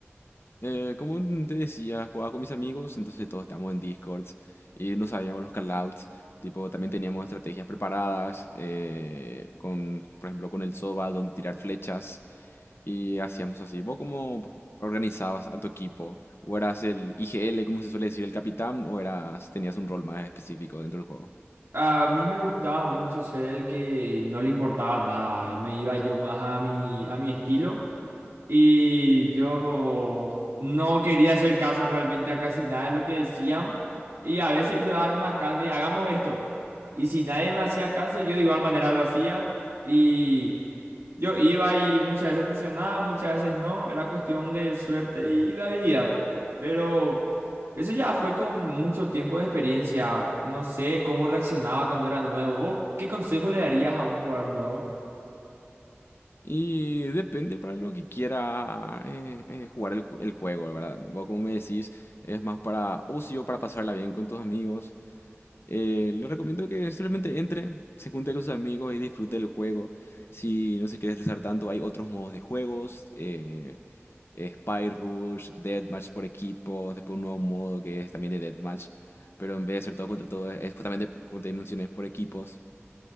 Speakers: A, on the left; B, on the right.
A: Eh, como te decía, jugaba con mis amigos, entonces todos estábamos en Discords y no sabíamos los callouts. Tipo, también teníamos estrategias preparadas, eh, con, por ejemplo, con el Soba, donde tirar flechas. Y hacíamos así. ¿Vos cómo organizabas a tu equipo? ¿O eras el IGL, como se suele decir, el capitán? ¿O eras, tenías un rol más específico dentro del juego?
B: A mí me gustaba mucho ser el que no le importaba nada, me iba yo más a mi, a mi estilo Y yo no quería hacer caso realmente a casi nada de lo que decían. Y a veces yo daba una acá de, hagamos esto. Y si nadie me hacía caso, yo de igual manera lo hacía. Y yo iba y muchas veces funcionaba, muchas veces no. Era cuestión de suerte y de habilidad. Pero eso ya fue con mucho tiempo de experiencia. No sé cómo reaccionaba cuando era nuevo. ¿Vos qué consejo le darías a un jugador nuevo?
A: Y depende para lo que quiera eh, eh, jugar el, ju- el juego, ¿verdad? Vos, como me decís, es más para ocio, para pasarla bien con tus amigos. Eh, le recomiendo que simplemente entre, se junte con sus amigos y disfrute el juego. Si no se quiere estresar tanto, hay otros modos de juegos. eh, eh, Spy Rush, Deathmatch por equipo, después un nuevo modo que es también de Deathmatch. Pero en vez de ser todo contra todo, es justamente, como te mencioné, por equipos.